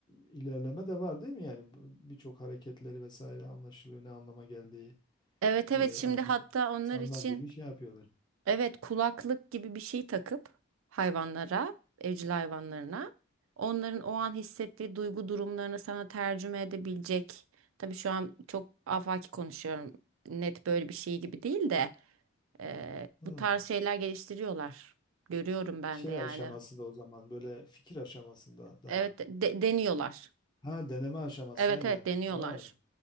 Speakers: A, on the left; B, on the right.
A: ilerleme de var değil mi? Yani bu- birçok hareketleri vesaire anlaşılıyor ne anlama geldiği.
B: Evet evet
A: E,
B: şimdi
A: aynen
B: hatta onlar
A: insanlar
B: için
A: gibi şey yapıyorlar.
B: evet kulaklık gibi bir şey takıp hayvanlara, evcil hayvanlarına onların o an hissettiği duygu durumlarını sana tercüme edebilecek. Tabii şu an çok afaki konuşuyorum. Net böyle bir şey gibi değil de Eee,
A: Hmm.
B: bu tarz şeyler geliştiriyorlar. Görüyorum ben
A: Şey
B: de yani.
A: aşamasında o zaman böyle fikir aşamasında daha.
B: Evet de- deniyorlar.
A: Ha deneme aşamasına
B: Evet
A: gelmiş.
B: evet deniyorlar.
A: Vay.